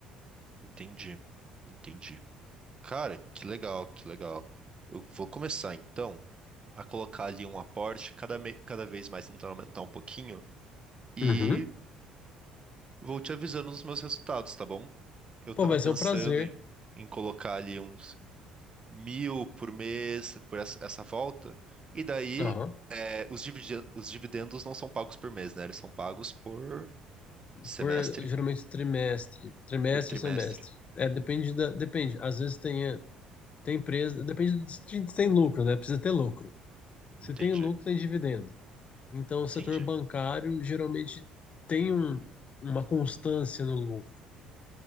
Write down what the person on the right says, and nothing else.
entendi, entendi. Cara, que legal, que legal. Eu vou começar então a colocar ali um aporte cada, me- cada vez mais tentando aumentar um pouquinho e
vou te avisando dos meus resultados, tá bom? Eu
tava
pensando
em, em colocar ali uns mil por mês por essa, essa volta. E daí
é, os dividi- os dividendos não são pagos por mês, né? Eles são pagos por semestre,
por trimestre.
Entendi,
entendi,